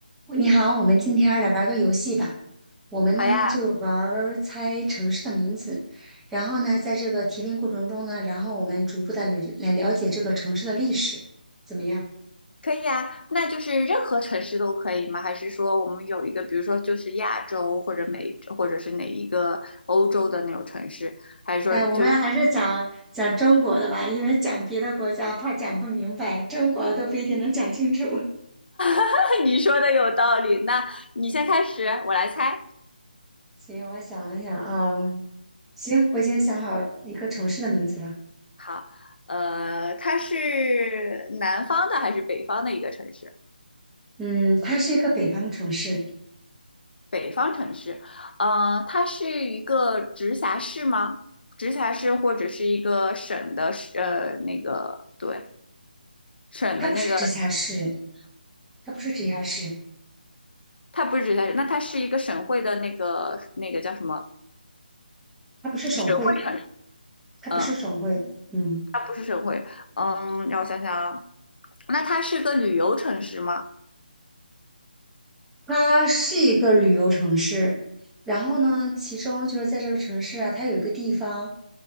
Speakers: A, in the centre; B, on the left.
A: 哦你好，我们今天儿来玩儿个游戏吧。我们呢就玩儿猜城市的名字，
B: 好呀，
A: 然后呢，在这个提问过程中呢，然后我们逐步的来了解这个城市的历史，怎么样？
B: 可以呀。那就是任何城市都可以吗？还是说我们有一个，比如说就是亚洲或者美，或者是哪一个欧洲的那种城市？还是说就是
A: 哎，我们还是讲讲中国的吧，因为讲别的国家怕讲不明白，中国都不一定能讲清楚。
B: <laughs> 你说的有道理？那你先开始，我来猜。
A: <laughs> 行，我想一想啊，嗯行，我已经想好一个城市的名字了。
B: 好，呃，它是南方的还是北方的一个城市？
A: 嗯，它是一个北方的城市，
B: 北方城市，呃，它是一个直辖市吗？直辖市或者是一个省的，呃，那个对，省的那个。
A: 它不是直辖市，它不是直辖市，
B: 它不是直辖市，那它是一个省会的那个那个叫什么
A: 它不是省会。
B: 省会城？
A: 它不是省会，
B: 嗯，
A: 嗯，
B: 它不是省会，嗯，让我想想啊，那它是个旅游城市吗？
A: 它是一个旅游城市。然后呢，其中就是在这个城市啊，它有一个地方，